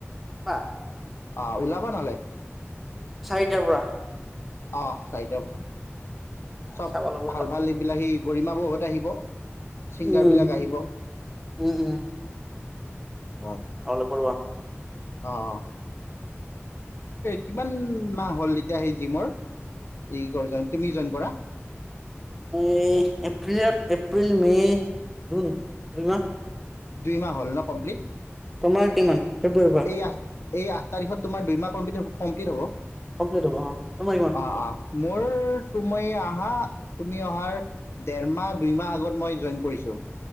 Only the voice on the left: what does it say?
আহ ওলাবা তালে
আহ চাৰিটাৰ চব
ভাল
ভাল এইবিলাক সেই গৰিমা বৌ ঘৰত‌ আহিব ছিংগাৰবিলাক
আহিব
আহ
অ অ কিমান মাহ হ'ল এতিয়া সেই জিমৰ ই গৰ্জন ইই তুমি জইন কৰা
দুই মাহ হ'ল ন কমপ্লিট
এই আঠ এই আঠ তাৰিখত তোমাৰ দুই মাহ কম্পিলিত হ'ব
অঁ অঁ মোৰ তুমি আহা তুমি অহাৰ দেৰ মাহ দুই মাহ আগত মই জইন কৰিছোঁ